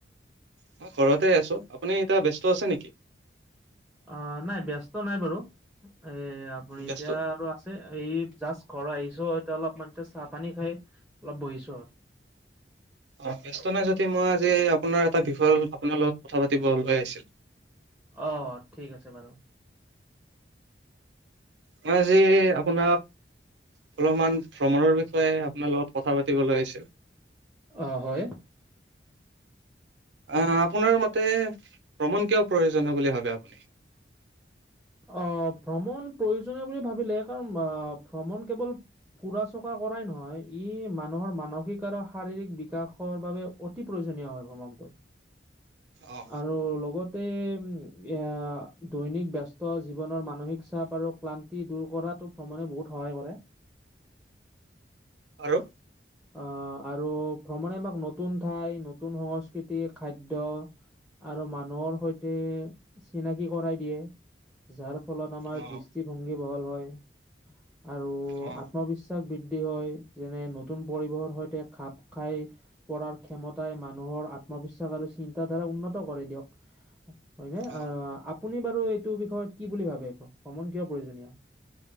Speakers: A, on the right (about 75°); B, in the centre.
A: মই ঘৰতে আছো, আপুনি এতিয়া ব্যস্ত আছে নেকি?
B: অহ নাই ব্যস্ত নাই বাৰু। এ আপুনি
A: ব্যস্ত
B: এতিয়া আৰু আছে, এই জাষ্ট ঘৰ আহিছ এতিয়া অলপ মান চাহ-পানী খাই অলপ বহিছো আৰু।
A: অ ব্যস্ত নাই যদি মই আজি আপোনাৰ এটা বিষয়, আপোনাৰ লগত কথা পাতিব লৈ আহিছিল
B: অ, ঠিক আছে বাৰু।
A: মই আজি আপোনাক অলপমান ভ্ৰমণৰ বিষয়ে আপোনাৰ লগত কথা পাতিবলৈ আহিছিলো।
B: অ হয়।
A: অ আপোনাৰ মতে ভ্ৰমণ কিয় প্ৰয়োজনীয় বুলি ভাবে আপুনি?
B: আহ, ভ্ৰমণ প্ৰয়োজনীয় বুলি ভাবিলে কাৰণ আহ ভ্ৰমণ কেৱল ফুৰা-চকা কৰাই নহয়, ই মানুহৰ মানসিক আৰু শাৰীৰিক বিকাশৰ বাবে অতি প্ৰয়োজন নিয় হয় ভ্ৰমানটো।
A: অ
B: আৰু লগতে উম এ দৈনিক ব্যচ জীৱনৰ মানসিক চাপ আৰু ক্লান্তি দূৰ কৰাতো ভ্ৰমণে বহুত সহায় কৰে
A: আৰু
B: আহ আৰু ভ্ৰমণে আমাক নতুন ঠাই নতুন সংস্কৃতি খাদ্্য আৰু মানুহৰ সৈতে চিনাকি কৰাই দিয়ে যাৰ ফলত আমাৰ
A: অ
B: দৃষ্টিভংগী বহল হয় আৰু
A: অ
B: আত্মবিশ্বাস বৃদ্ধি হয় যেনে নতু নতুন পৰিবেশৰ সৈতে খাপ খাই পাৰ ক্ষমতাই মানুহৰ আত্মবিশ্বাস আৰু চিন্তাধাৰা হয়
A: অ
B: আপুনি বাৰু এইটো বিষয়ত কি বুলি ভাবে ভ্ৰমণ কিয় প্ৰয়োজনীয়